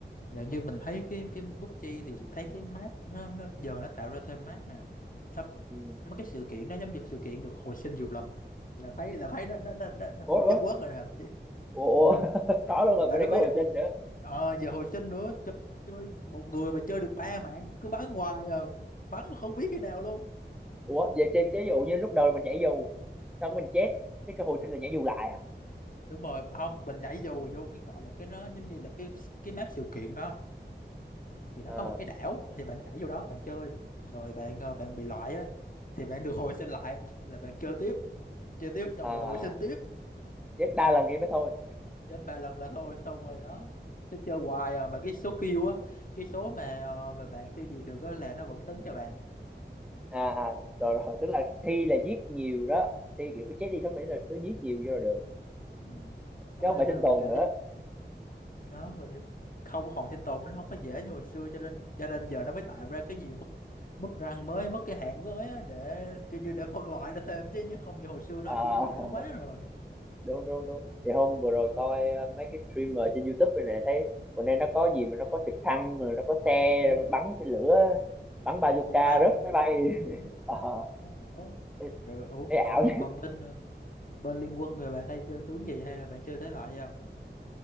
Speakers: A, on the left; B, in the centre.
A: dạo như mình thấy cái cái PUBG thì thấy cái map nó nó giờ nó tạo ra thêm map nè. Xong
B: ừ.
A: mấy cái sự kiện nó giống như sự kiện được hồi sinh nhiều lần. Là thấy là thấy nó nó nó, nó, nó
B: ủa
A: hơi chất
B: ủa
A: quất rồi nè. chị.
B: ủa
A: Ừ.
B: ủa, <laughs> có luôn rồi bên
A: bạn
B: đây
A: có
B: có
A: biết
B: hồi sinh nữa
A: ờ giờ hồi sinh nữa chơi chơi một người mà chơi được ba mạng cứ bắn hoài à, bắn mà không biết khi nào luôn
B: ủa
A: ừ.
B: vậy chế chế dụ như lúc đầu mình nhảy dù sau đó mình chết cái cơ hội sinh là nhảy dù lại à
A: đúng rồi không mình nhảy dù vô cái gọi là cái nó giống như là cái cái map sự kiện đó thì nó
B: Ờ,
A: có một cái đảo thì bạn nhảy vô đó bạn chơi rồi bạn ờ, bạn bị loại á thì bạn được hồi sinh lại là bạn chơi tiếp chơi tiếp xong
B: à,
A: rồi hồi sinh tiếp
B: chết đa lần thì mới thôi
A: chết ba lần là thôi xong rồi đó chứ chơi hoài à mà cái số kill á cái số mà ờ, mà bạn tiêu diệt được á là nó vẫn tính cho bạn
B: à, à rồi rồi tức là thi là giết nhiều đó thi kiểu cái chết đi sống lại là cứ giết nhiều vô là được
A: Ừ. đó
B: chứ không phải
A: cho nên
B: sinh tồn
A: mình cảm
B: nữa
A: giác đó mình không có còn sinh tồn nó không có dễ như hồi xưa cho nên cho nên giờ nó mới tạo ra cái nhiều mức mức răng mới mức cái hạng mới á, để kiểu như để phân loại ra thêm chứ nhưng không như hồi xưa nữa
B: à,
A: hồi xưa nó dễ
B: <laughs>
A: quá rồi
B: đúng đúng đúng thì hôm vừa rồi coi ờ, mấy cái streamer trên YouTube này nè thấy bữa nay nó có gì mà nó có trực thăng rồi nó có xe
A: ừ.
B: rồi bắn cái lửa bắn bazooka
A: thì tăng
B: rớt
A: rồi
B: máy bay
A: nó,
B: <laughs> Ờ,
A: nó ảo
B: thấy
A: rồi ủa
B: thấy ảo
A: còn còn bên ờ, bên liên quân rồi bạn hay chơi tướng gì hay là bạn chơi thể loại gì không